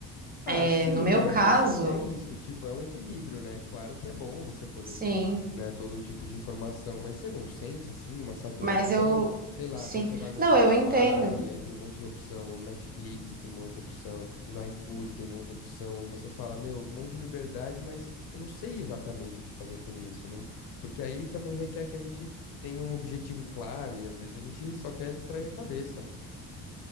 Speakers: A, on the left; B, on the right.
A: Ah,
B: é,
A: sim,
B: no meu
A: mas
B: caso,
A: assim, é isso, tipo, é um equilíbrio, né? Claro que é bom você poder
B: sim,
A: ter, né, todo tipo de informação, mas você não sente, assim, uma saturação?
B: mas eu,
A: Sei lá,
B: sim,
A: quando você vai no
B: não,
A: Spotify,
B: eu entendo.
A: e aí tem um monte de opção, no Netflix e tem um monte de opção, e no iFood tem um monte de opção, e você fala, meu, um monte de liberdade, mas eu não sei exatamente o que fazer com isso, não... porque aí também requer que a gente tenha um objetivo claro, e às vezes a gente só quer distrair a cabeça, né?